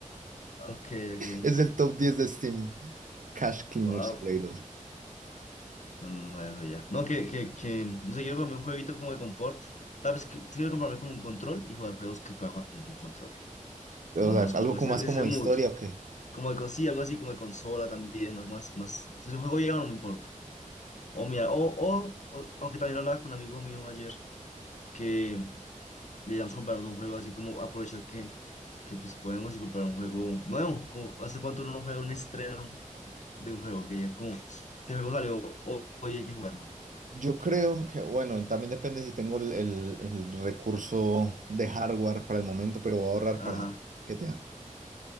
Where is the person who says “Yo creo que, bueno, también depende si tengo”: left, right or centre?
Right